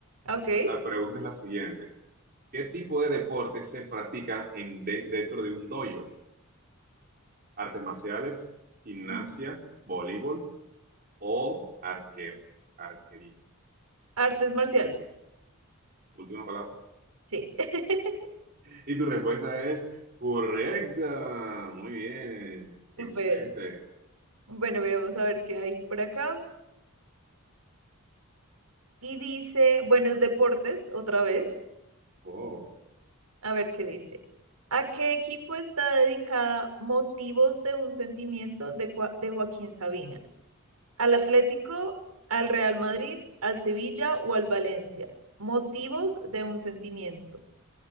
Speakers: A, on the right; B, on the right.
A: Ok.
B: La pregunta es la siguiente. ¿Qué tipo de deporte se practica en, de- dentro de un dojo? ¿Artes marciales, gimnasia,
A: Ajá.
B: voleibol o arquero? Arquería.
A: Artes marciales.
B: Última palabra.
A: Sí. <laughs>
B: Y tu respuesta es correcta. Muy bien. Excelente.
A: Súper. Bueno, veremos a ver qué hay por acá. Y dice, bueno, es deportes, otra vez.
B: Oh,
A: A ver qué dice. ¿A qué equipo está dedicada Motivos de un sentimiento de, Cua- de Joaquín Sabina? ¿Al Atlético, al Real Madrid, al Sevilla o al Valencia? Motivos de un sentimiento.